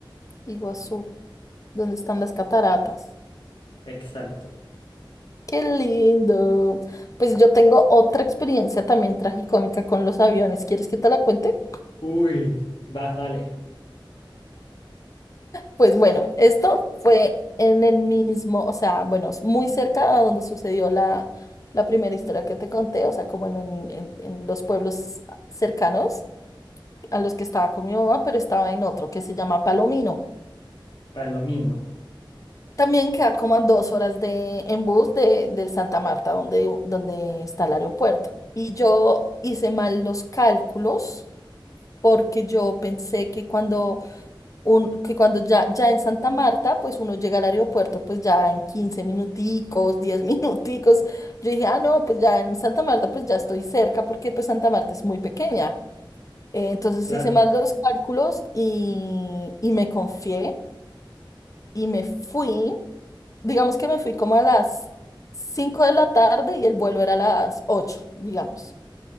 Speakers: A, on the left; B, on the left.
A: Iguazú, ¿dónde están las cataratas?
B: Exacto.
A: Qué lindo. Pues yo tengo otra experiencia también tragicómica con los aviones. ¿Quieres que te la cuente?
B: Uy, vas, dale.
A: Pues bueno, esto fue en el mismo, o sea, bueno, es muy cerca a donde sucedió la, la primera historia que te conté, o sea, como en, en, en- en los pueblos cercanos a los que estaba con mi mamá, pero estaba en otro que se llama Palomino.
B: Palomino.
A: También queda como a dos horas de, en bus de, de Santa Marta, donde, donde está el aeropuerto. Y yo hice mal los cálculos porque yo pensé que cuando, un, que cuando ya, ya en Santa Marta, pues uno llega al aeropuerto, pues ya en 15 minuticos, 10 <laughs> minuticos, yo dije, ah, no, pues ya en Santa Marta, pues ya estoy cerca, porque pues Santa Marta es muy pequeña. Eh, entonces
B: Claro.
A: hice mal los cálculos y, y me confié y me fui, digamos que me fui como a las 5 de la tarde y el vuelo era a las 8 digamos.